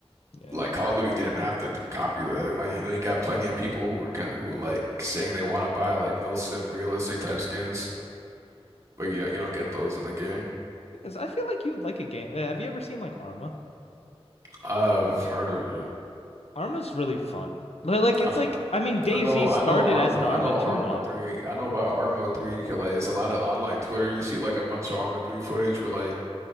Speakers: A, on the left (about 80°); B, on the right (about 30°).
A: Yeah.
B: like Call of Duty didn't have to do- copy that. Like you know, you got plenty of people who were kind of, who were like saying they want to buy like milsim realistic type skins, but you you don't get those in the game.
A: 'Cause I feel like you'd like a game. Uh, have you ever seen like Arma?
B: I've heard of it.
A: Arma's really fun. Li- Like it's
B: I know
A: like I mean DayZ
B: I know
A: started
B: I know Arma
A: as an Arma
B: I know
A: 2
B: Arma
A: mod.
B: 3. I know about Arma 3 'cause, like it's a lot of on like Twitter you see like a bunch of Arma 3 footage where like